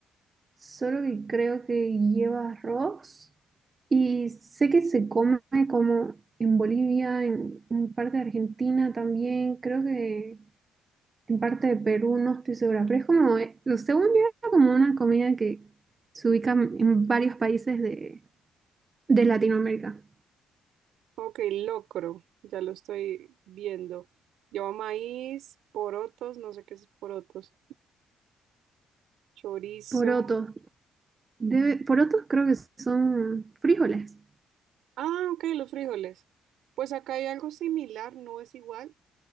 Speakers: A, on the right; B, on the right.
A: solo que creo que lleva arroz. Y sé que se come como en Bolivia, en, en parte de Argentina también, creo que en parte de Perú, no estoy segura, pero es como, eh, según yo, era como una comida que se ubica en varios países de, de Latinoamérica.
B: Ok, locro, ya lo estoy viendo. Lleva maíz, porotos, no sé qué es porotos, chorizo.
A: Porotos. Debe, porotos creo que son frijoles.
B: Ah, ok, los frijoles. Pues acá hay algo similar, no es igual,